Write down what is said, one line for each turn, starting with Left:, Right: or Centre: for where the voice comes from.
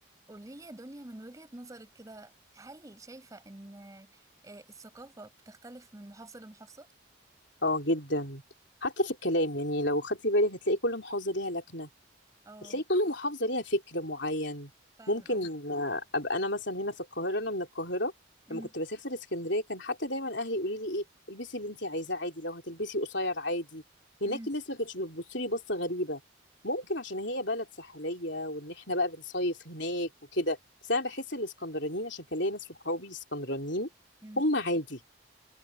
Right: قولي لي يا دنيا من وجهة نظرك كده هل شايفة ان آه، الثقافة بتختلف من محافظة لمحافظة؟
Left: اه جدا حتى في الكلام يعني لو خدتي بالك هتلاقي كل محافظة ليها لكنة
Right: اه
Left: هتلاقي كل اه محافظة ليها فكر معين
Right: فعلا
Left: ممكن
Right: اه
Left: آه، ابقى انا مثلا هنا في القاهرة انا من القاهرة
Right: امم
Left: لما كنت بسافر اسكندرية كان حتى دايما اهلي يقولوا لي ايه البسي اللي انت عايزاه عادي لو هتلبسي قصير عادي هناك
Right: امم
Left: الناس ما كانتش بتبص لي بصة غريبة ممكن عشان هي بلد ساحلية وان احنا بقى بنصيف هناك وكده بس انا بحس الاسكندرانيين عشان كان ليا ناس صحابي اسكندرانيين
Right: امم
Left: هم عادي